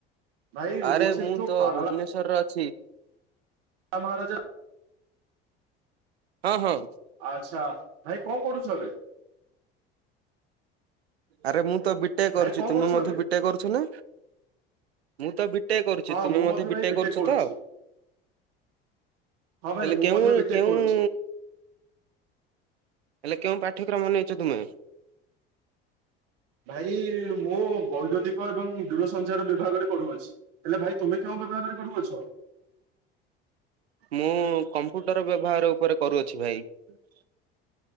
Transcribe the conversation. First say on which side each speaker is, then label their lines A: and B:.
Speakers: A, on the right; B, on the right.
A: ଭାଇ
B: ଆରେ
A: ମୋ ସେଇ
B: ମୁଁ
A: ଯୋଉ
B: ତ
A: ପାରଲା
B: ଭୁବନେଶ୍ଵରରେ ଅଛି।
A: ଆଉ ମହାରାଜା
B: ହଁ ହଁ।
A: ଆଚ୍ଛା। ଭାଇ କଣ କରୁଛ ଏବେ?
B: ଆରେ ମୁଁ ତ ବିଟେକ୍ କରୁଛି।
A: ଭାଇ କଣ
B: ତୁମେ
A: କରୁଛ
B: ମଧ୍ୟ
A: ଏବେ
B: ବିଟେକ୍ କରୁଛ ନା? ମୁଁ ତ ବିଟେକ୍ କରୁଛି
A: ହଁ
B: ତୁମେ
A: ମୁଁ
B: ମଧ୍ୟ ବିଟେକ୍
A: ଭାଇ
B: କରୁଛ
A: କରୁଛି
B: ତ?
A: ହଁ ଭାଇ
B: ହେଲେ
A: ମୁଁ
B: କେଉଁ
A: ମଧ୍ୟ
B: ଏ
A: ବିଟେକ୍
B: କେଉଁ
A: କରୁଛି
B: ହେଲେ କେଉଁ ପାଠ୍ୟକ୍ରମ ନେଇଚ ତୁମେ?
A: ଭାଇ ମୁଁ ବୈଦ୍ୟତିକ ଏବଂ ଦୂରସଞ୍ଚାର ବିଭାଗରେ କରୁଅଛି। ହେଲେ ଭାଇ ତୁମେ କେଉଁ ବିଭାଗରେ କରୁଅଛ?
B: ମୁଁ କମ୍ପୁଟର ବ୍ୟବହାର ଉପରେ କରୁଅଛି ଭାଇ। <inaudible> ହୁଁ